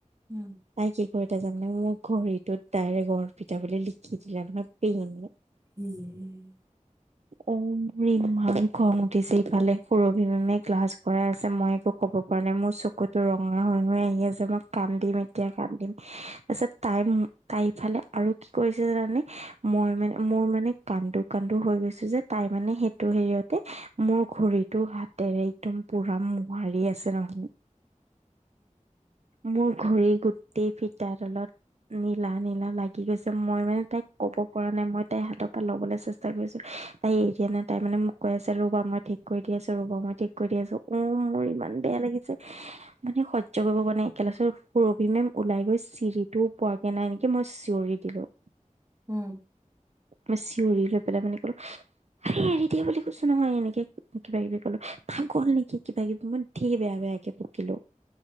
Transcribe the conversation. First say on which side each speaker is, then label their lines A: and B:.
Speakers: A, on the right; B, on the right.
A: উম
B: তাই কি কৰিলে জানানে মোৰ ঘড়ীটোত ডাইৰেক্ট অৰ্পিতা বুলি লিখি দিলে নহয় পেইনে,
A: উম
B: অ মোৰে ইমান খং উঠিছে ইফালে সুৰভি মেমে ক্লাছ কৰাই আছে মই একো ক'ব পৰা নাই মোৰ চকুতো ৰঙা হৈ হৈ আহি আছে মই কান্দিম এতিয়া কান্দিম তাৰপিছত তাই তাই ইফালে আৰু কি কৰিছে জানানে মই মানে মোৰ মানে কান্দো কান্দো হৈ গৈছো যে তাই মানে সেইটো হেৰিয়তে মোৰ ঘড়ীত টো হাতেৰে একদম পুৰা মোহাৰি আছে নহয় মোৰ ঘড়ী গোটেই ফিটা ডালত নীলা নীলা লাগি গৈছে মই মানে তাইক ক'ব পৰা নাই মই তাই হাতৰ পৰা ল'বলৈ চেষ্টা কৰিছো তাই এৰি দিয়া নাই তাই মানে মোক কৈ আছে ৰবা মই ঠিক কৰি দি আছো ৰবা মই ঠিক কৰি দি আছো অ মোৰ ইমান বেয়া লাগিছে মানে সহ্য কৰিব পৰা নাই একে লাষ্টত সুৰভি মেম ওলাই গৈ চিৰিটোও পোৱাগে নাই নিকি মই চিঞৰি দিলো <inaudible>
A: উম
B: মই চিঞৰি লৈ পেলাই মানে কলো আৰে এৰি দিয়া বুলি কৈছো নহয় এনেকে কিবা কিবি কলো পাগল নেকি কিবাকিবি মই ধেৰ বেয়া বেয়াকে বকিলো